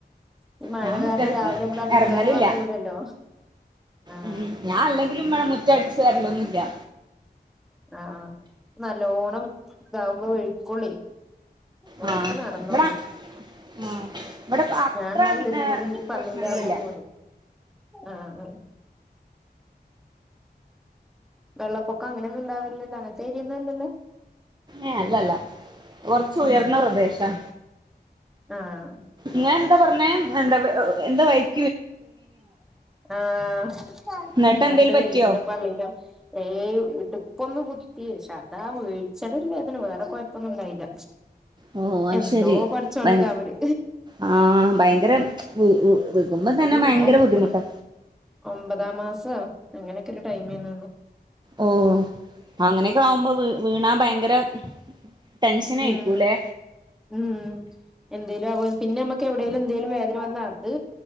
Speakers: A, in the centre; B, on the right (about 25°).
A: ഈ മഴ
B: ഞാൻ
A: കാരണം
B: മുറ്റത്തേക്ക്
A: രാവിലെ നമ്മള് അടിക്കാനു
B: ഇറങ്ങലില്ല
A: എറങ്ങൂലല്ലോ ആഹ്
B: ഉം. ഞാൻ അല്ലെങ്കിലും വ്ടെ മുറ്റടിച്ച് വാരല്ലൊന്നുല്ലാ.
A: ആഹ് നല്ലോണം ഇതാവുമ്പോ വഴുക്കോള്ളെ നോക്കി
B: ആ
A: നടന്നോണ്ടു
B: ഇവിടെ ആ ഇവിടെ ഇപ്പൊ
A: ഞാ
B: അത്ര
A: ഞാൻണ്ടായി ഒരു
B: ഏ,
A: കുറി പള്ളിലാവുമ്പോ
B: പ്രശ്നങ്ങളില്ല
A: വീണു ആഹ്. വെള്ളപ്പൊക്കം അങ്ങനൊന്നും ഇണ്ടാവില്ലല്ലോ അങ്ങൻ തെരിന്നാല്
B: ഏഹ് അല്ലല്ലാ കൊറച്ചുയർന്ന
A: ആഹ്
B: പ്രദേശാ
A: ആഹ്
B: ങ്ങഎന്താ പറഞ്ഞേ എന്താ, എന്താ ഏഹ്.
A: ആഹ്
B: എന്നിട്ട്
A: ഞാന്റെ
B: എന്തേലും
A: വെലുതിനെ
B: പറ്റിയോ
A: പള്ളീലാ ഏയ് ഇടുപ്പൊന്ന് കുത്തിയക്ഷെ അതാ വീഴ്ചയുടെ ഒരു വേദന വേറെ കുഴപ്പൊന്നും ഇണ്ടായില്ല.
B: ഓ അത്
A: എന്തോ
B: ശരി
A: പടച്ചോന്റെ
B: ഭയ
A: കാവല്.
B: ആഹ് ഭയങ്കര വിക്മ്പം തന്നെ
A: അതും
B: ഭയങ്കര
A: ഒമ്പ
B: ബുദ്ധിമുട്ടാ.
A: ഒമ്പതാം മാസ അങ്ങനെക്കെരു ടൈംമെന്നുള്ളൂ.
B: ഓ അങ്ങനെക്കെ ആവുമ്പോ വീ വീണാ ഭയങ്കര. ടെൻഷനേയിരിക്കൂലെ.
A: ഉം ഉം എന്തേലും ആകും. പിന്നെ അമ്മക്ക് എവിടെലും എന്തേലും വേദന വന്നാ അത്